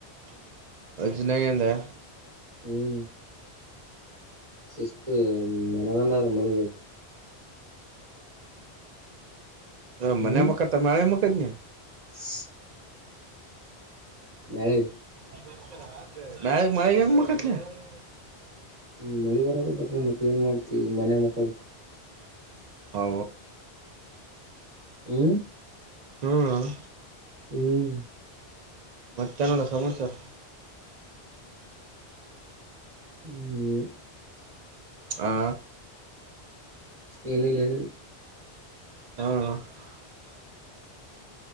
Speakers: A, on the right; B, on the right.
A: <unintelligible>
B: ಹ್ಮ್ ಶಿಸ್ತು ನನಗೊಂಡ ಮಿತ್ತು
A: ಹ
B: ಹ್ಮ್
A: ಮನೆ ಮಖತ ತಮ್ಮ ಆ ಮುಖಜ ನೀ
B: <unintelligible> ಮಳೆ
A: <unintelligible>
B: ನೀ ಮಳೆ ಬರಕ ತಪ್ಪ ಮತ್ತೆ ಏನ್ ಮಾಡ್ತೀವಿ ಈಗ ಮನೆ ಮಕ್ಕೋಬೇಕು
A: ಹ
B: ಹ್ಮ್
A: ಹ್ಮ್
B: ಹ್ಮ್
A: ಮತ್ತೆನಲ್ಲ ಸಮನ್ ಸರ್
B: ಹ್ಮ
A: ಹಾ
B: ಏನಿಲ್ಲ ಏನಿಲ್
A: <unintelligible>